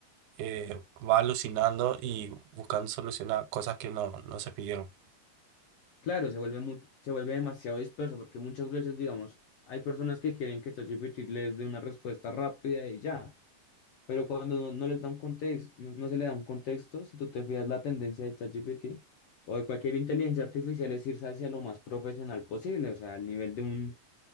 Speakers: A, on the right; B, on the left.
A: eh, va alucinando y buscando solucionar cosas que no, no se pidieron.
B: Claro, se vuelve mu- se vuelve demasiado disperso porque muchas veces, digamos, hay personas que quieren que ChatGPT les dé una respuesta rápida y ya. Pero cuando no, no les da un contexto, no, no se le da un contexto, si tú te fijas la tendencia de ChatGPT o de cualquier inteligencia artificial es irse hacia lo más profesional posible, o sea, al nivel de un,